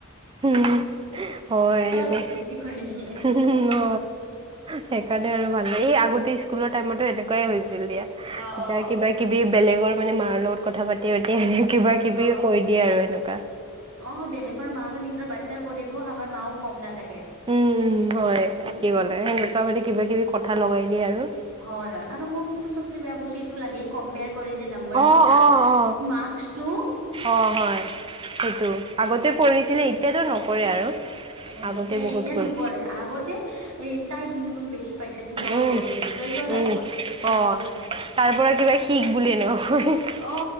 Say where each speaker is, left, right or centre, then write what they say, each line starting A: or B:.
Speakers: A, on the right; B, on the right.
A: হু হু হয় এনেকোৱা
B: বেজ্জতি কৰি দিয়ে।
A: হু হু ন সেইকাৰণে আৰু ভাল লাগে এই আগতে স্কুলৰ টাইমতো এনেকোৱাই হৈছিল দিয়া
B: অ',
A: এতিয়া
B: অ'।
A: কিবা কিবি বেলেগৰ মানে মাৰৰ লগত কথা পাতি পাতি কিবা কিবি
B: অ', অ',
A: কৈ দিয়ে আৰু সেনে
B: অ বেলেগৰ মাতো নিজৰ বাচ্ছাৰ কৰিব আমাৰ মাও কম নাথাকে
A: উম উম হয়
B: উম,
A: কি
B: উম।
A: কলে সেনেকোৱা মানে কিবা কিবি কথা লগাই দিয়ে আৰু
B: হয় আৰু মোকতো চবে বেছি বেয়া বস্তু এইটো লাগে কম্পেয়াৰ কৰে যে নাম্বাৰচ
A: অ
B: কেইটা
A: অ অ
B: মাৰ্ক্সটো
A: অ হয়, সেইটো আগতে কৰিছিলে এতিয়াতো নকৰে আৰু।
B: এ
A: আগতে
B: সেতিয়া
A: বহুত
B: এতিয়া
A: কৰে
B: নকৰে, আগতে এই তাই দুই নম্বৰতো বেছি- পাইছে তোৰ লগত
A: উম
B: বহি, তই কিয়
A: উম
B: নাই পোৱা এনেকে
A: অ
B: কয়।
A: তাৰ পৰা কিবা শিক বুলি এনেকুৱা কয়
B: অ